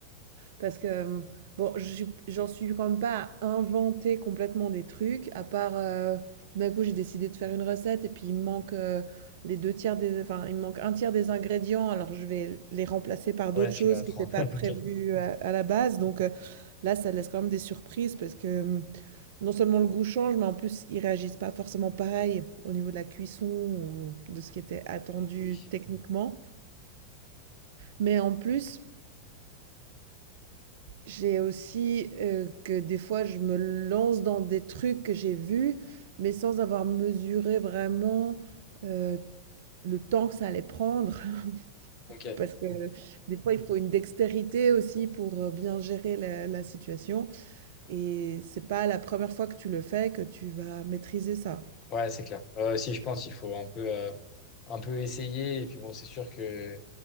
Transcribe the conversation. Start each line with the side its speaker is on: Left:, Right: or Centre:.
Right: Parce que, bon, je suis j'en suis quand même pas à inventer complètement des trucs, à part, heu, tout d'un coup, j'ai décidé de faire une recette et puis il me manque, heu, les deux tiers des enfin, il me manque un tiers des ingrédients, alors je vais les remplacer par d'autres
Left: Ouais, tu
Right: choses
Left: l'as à
Right: qui
Left: 30.
Right: n'étaient pas
Left: <laughs> Ok.
Right: prévues, heu, à la base, donc heu, là, ça laisse quand même des surprises parce que, hem, non seulement le goût change, mais en plus, ils réagissent pas forcément pareil au niveau de la cuisson ou de ce qui était attendu
Left: Oui.
Right: techniquement. Mais en plus, j'ai aussi euh, que des fois, je me lance dans des trucs que j'ai vus, mais sans avoir mesuré vraiment euh, le temps que ça allait prendre. <laughs>
Left: Ok.
Right: Parce que des fois, il faut une dextérité aussi pour euh, bien gérer la, la situation. Et c'est pas la première fois que tu le fais que tu vas maîtriser ça.
Left: Ouais, c'est clair. Euh, si je pense, qu'il faut un peu, euh, un peu essayer. Et puis bon, c'est sûr que